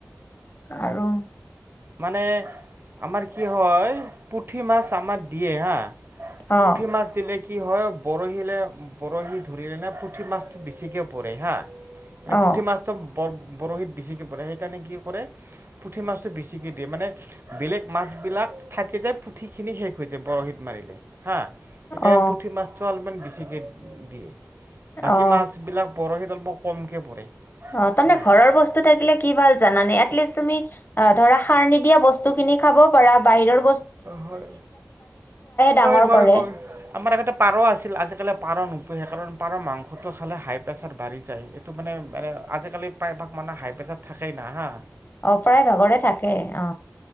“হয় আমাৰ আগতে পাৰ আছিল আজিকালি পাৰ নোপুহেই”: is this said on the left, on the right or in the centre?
Right